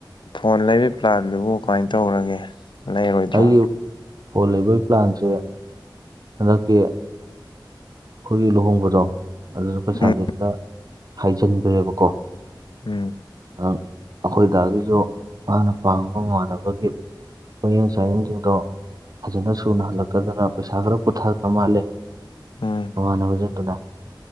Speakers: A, on the left (about 80°); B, on the right (about 50°).
A: ꯐꯣꯟ ꯂꯩꯕꯩ ꯄ꯭ꯂꯥꯟꯗꯨꯕꯨ ꯀꯃꯥꯏꯅ ꯇꯧꯔꯒꯦ ꯂꯩꯔꯣꯏꯗ꯭ꯔꯣ
B: ꯑꯩꯒꯤ ꯐꯣꯟ ꯂꯩꯕꯒꯤ ꯄ꯭ꯂꯥꯟꯁꯦ ꯍꯟꯗꯛꯀꯤ ꯑꯩꯈꯣꯏꯒꯤ ꯂꯨꯍꯣꯡꯕꯗꯣ ꯑꯗꯨꯗ ꯄꯩꯁꯥꯁꯦ
A: ꯎꯝ
B: ꯈꯔ ꯍꯥꯏꯖꯤꯟꯈ꯭ꯔꯦꯕꯀꯣ
A: ꯎꯝ
B: ꯑꯩꯈꯣꯏꯗꯥꯗꯒꯤꯁꯨ ꯃꯥꯅ ꯄꯥꯝꯕ ꯃꯥꯟꯅꯕꯒꯤ ꯍꯌꯦꯡ ꯆꯥꯌꯦꯡꯁꯤꯡꯗꯣ ꯐꯖꯅ ꯁꯨꯅ ꯍꯜꯂꯛꯇꯗꯅ ꯄꯩꯁꯥ ꯈꯔ ꯄꯨꯊꯥꯗꯅ ꯃꯥꯜꯂꯦ
A: ꯎꯝ
B: <unintelligible>